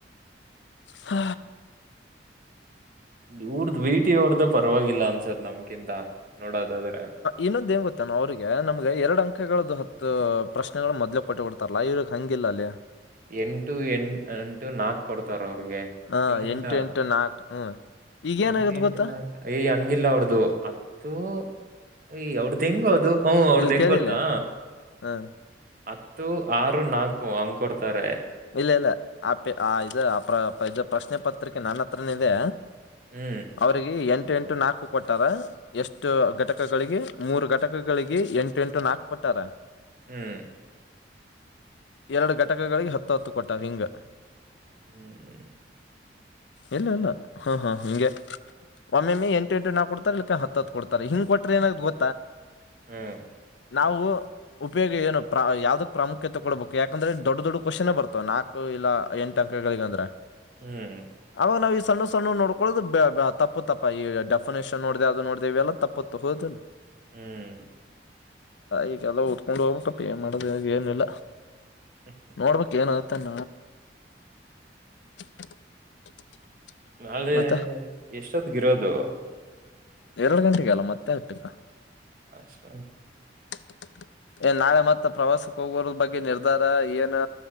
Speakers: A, on the left; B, on the right.
A: ಹ
B: ಇವರದ್ ವಿಟಿ ಅದು ಪರವಾಗಿಲ್ಲ ಅನ್ಸತ್ ನಮ್ಕಿಂತ ನೋಡೋದಾದ್ರೆ
A: ಇನ್ನೊಂದು ಏನ್ ಗೊತ್ತಾ ಅಣ್ಣ ಅವ್ರಿಗೆ ನಮ್ಗೆ ಎರಡು ಅಂಕಗಳ ಹತ್ತು ಪ್ರಶ್ನೆಗಳು ಮೊದ್ಲೆ ಕೊಟ್ಟ ಬಿಡ್ತಾರಲ ಇವ್ರಿಗಿ ಹಂಗಿಲ್ಲ ಅಲ್ಲಿ
B: ಎಂಟು ಎಂಟು ನಾಕು ಕೊಡ್ತಾರ ಅವ್ರಿಗೆ
A: ಹ್ಮ
B: ಇಲ್ಲ
A: ಎಂಟು
B: ಇಲ್ಲ
A: ಎಂಟು ನಾಕು ಹ್ಮ್ ಈಗೇನಾಗತ್
B: ಎಂಟು ಎಂಟ
A: ಗೊತ್ತಾ
B: ನಾಕ ಯೇ ಹಂಗಿಲ್ಲ ಅವ್ರ್ ದು ಹತ್ತು ಏಯ್ ಅವ್ರ್ ದ ಹೆಂಗೊ ಬ್ರೊ ಅವರದು
A: ಇಲ್
B: ಹೆಂಗ್
A: ಕೇಳಿಲ್ಲ
B: ಗೊತ್ತಾ
A: ಹ
B: ಹತ್ತು ಆರು ನಾಲ್ಕು ಹಂಗ ಕೊಡ್ತಾರೆ
A: ಇಲ್ಲ ಇಲ್ಲ ಆಪ ಆ ಇದು ಅ ಇ ಪ್ರಶ್ನೆ ಪತ್ರಿಕೆ ನನ್ನ ಹತ್ರನೆ ಇದೆ
B: ಹ್ಮ
A: ಅವ್ರಿಗೆ ಎಂಟು ಎಂಟು ನಾಲ್ಕು ಕೊಟ್ಟಾರ ಎಷ್ಟು ಘಟಕಗಳಿಗೆ ಮೂರು ಘಟಕಗಳಿಗೆ ಎಂಟು ಎಂಟು ನಾಕು ಕೊಟ್ಟಾರ
B: ಹ್ಮ್
A: ಎರಡು ಘಟಕಗಳಿಗೆ ಹತ್ತು ಹತ್ತು ಕೊಟ್ಟರಿಂಗ್
B: ಹ್ಮ್್ಮ
A: ಇಲ್ಲ ಇಲ್ಲ ಹಾ ಹಾ ಹಂಗೆ ಒಮ್ಮೆಮ್ಮೆ ಎಂಟುಂುಾ ಕೊಡ್ತ ಇಲ್ಲಕ್ಕ ಹತ್ ಕೊಡ್ತಾರೆ ಹಿಂಗ ಕೊ್ರರಿಏನ ಗೊಾ
B: ಹ್ಮ್
A: ನಾವು ಉಪಯೋಗ ಏನು ಯಾವ್ದ ಪ್ರಾಮುಖ್ಯತೆ ಕೊಡಬೇಕು ಯಾಕಂದ್ರೆ ದೊಡ್ಡ ದೊಡ್ಡ ಕ್ವಶನ್ೇ ಬರ್ತವೆ ನಾಲ್ಕು ಇಲ್ಲ ಎಂಟು ಅಂಕಗಳಿಗೆ ಅಂದ್ರೆ
B: ಹ್ಮ್
A: ಅವಾಗ ನಾವವು ಈ ಸಣ್ಣ ಸಣ್ಣ ನೋಡ್ಕೊಳ್ಳೋದು ತಪ್ಪು ತಪ್ಪಾ ಈ ಡೆಫಿನೇಷನ್ ನೋಡ್ದ ಅದು ನೋಡ್ದೇವಿ ಎಲ್ಲ ತಪ್ಪು ಹೋ ಹ
B: ಹ್ಮ್
A: ಈಗಲ್ಲ ದ್ಕೊಂಡ್ ಹೋಗ್ಬೇಕಪ್ಪ ಮಾಡದ ಏನಿಲ್ಲಲ್ಲ
B: ಹ್ಮ್
A: ನೋಡ್ಬಕ್ ಏನಾಗತಣ <unintelligible>
B: ನಾಳೆ
A: ಮತ್ತೆ
B: ಎಷ್ಟೊದಗಿರೋದು
A: ಎರಡು ಗಂಟೆಗೆ ಅಲ್ಲ ಮತ್ತೆ ಆಟ್ಟಕ್ಕ
B: ಅಷ್ಟ
A: <unintelligible> ಏ ನಾವೆ ಮತ್ತತ್ ಪ್ರವಾಸಕ್ಕೆ ಹೋಗೋರದ ಬಗ್ಗೆ ನಿರ್ಧಾರ ಏನು